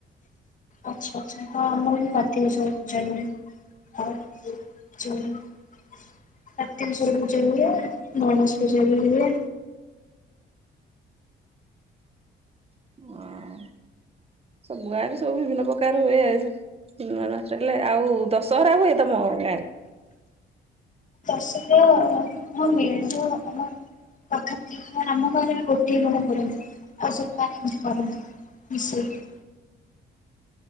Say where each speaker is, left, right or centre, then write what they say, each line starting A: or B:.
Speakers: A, on the left; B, on the right.
A: ଆଚ୍ଛା ଆଚ୍ଛା ଆମର ବି କାର୍ତିକଶ୍ୱର ପୂଜା ହୁଏ। <unintelligible> କାର୍ତିକଶ୍ୱର ପୂଜା ହୁଏ। ଗଣେଶ ପୂଜା ବି ହୁଏ।
B: ହଁ ସୁ ଗାଁରେ ସବୁ ବିଭିନ୍ନ ପ୍ରକାର ହୁଏ ଆ ମାସ ହେଲେ ଆଉ ଦଶହରା ହୁଏ। ତମ ଗାଁରେ
A: ସେ ହଁ <unintelligible> ପାଖପାଖି ଆମ ଘରେ ବି ଗୋଟିଏ ମାନେ କରନ୍ତି ଆଉ ସପାନ ଏମିତି କରନ୍ତି। ମିଶେଇକି।